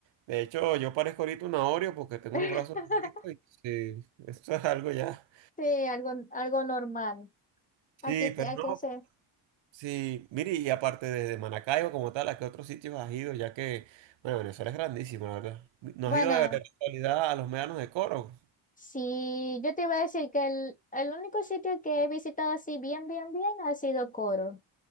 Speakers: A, on the right (about 65°); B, on the left (about 15°).
A: De hecho, yo parezco ahorita un Oreo porque tengo
B: <laughs>
A: los brazos negritos y sí, eso es algo ya.
B: Sí, algo, algo normal.
A: Sí,
B: Aquí te-
A: pero
B: hay
A: no.
B: que hacer.
A: Sí, mire, y aparte de, de Maracaibo como tal, ¿a qué otros sitios has ido? Ya que, bueno, Venezuela es grandísimo, la verdad. ¿No
B: Bueno,
A: has ido de, de casualidad a los médanos de Coro?
B: sí, yo te iba a decir que el, el único sitio que he visitado así bien, bien, bien ha sido Coro.